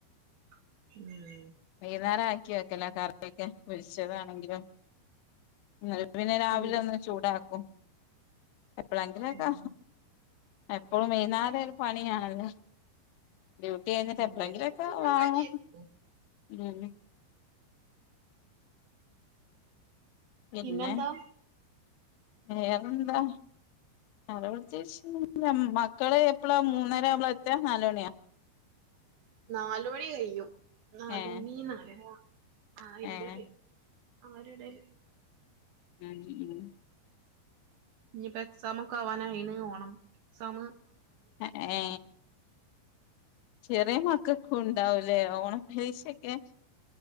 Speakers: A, on the right; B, on the left.
A: ഊം
B: വൈകുന്നേരം ആക്കി വെക്കലാ കറിയൊക്കെ. പൊരിച്ചതാണെങ്കിലും. <unintelligible> പിന്നെ രാവിലെ
A: ഉം ഉം
B: ഒന്ന് ചൂടാക്കും എപ്പളെങ്കിലൊക്കെ.
A: ഉം
B: എപ്പളും വൈന്നേരം ഒരു പണിയാണല്ലോ. ഡ്യൂട്ടി കഴിഞ്ഞിട്ട് എപ്പളെങ്കിലൊക്കെ
A: വൈന്നേരം പിന്നെ
B: വാങ്ങും.
A: മടിയായിരിക്കും
B: ഉം പിന്നെ
A: പിന്നെന്താ?
B: വേറെന്താ. വേറെ പ്രത്യേകിച്ച് ന്നൂല്ല. മക്കള് എപ്പളാ മൂന്നരാവുമ്പളാ എത്താ നാലണിയൊ?
A: നാലുമണി കയ്യും. നാലുമണി
B: ഏഹ്
A: നാലര. ആ ഇൻ്റെ
B: ഏഹ്
A: ഒര് ആ ഒര് എടേല്.
B: ആ നീ ഉം.
A: ഇഞ്പ്പോ എക്സാമൊക്കെ ആവാനായിണ്. ഓണം എക്സാമ്
B: എ ഏ ചെറിയ മക്കക്കും ഉണ്ടാവുലേ ഓണപ്പരീക്ഷൊക്കെ.